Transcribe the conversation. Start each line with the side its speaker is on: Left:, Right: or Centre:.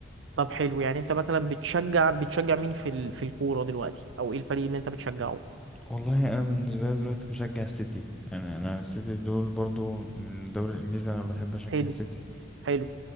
Right: طب حلو يعني انت مثلا بتشجع بتشجع مين في ال... في الكوره دلوقتي او ايه الفريق اللي انت بتشجعه؟
Centre: والله انا بالنسبه لي دلوقتي بشجع السيتي يعني انا السيتي دول برضو من الدوري الانجليزي انا بحب اشجع
Right: حلو
Centre: السيتي
Right: حلو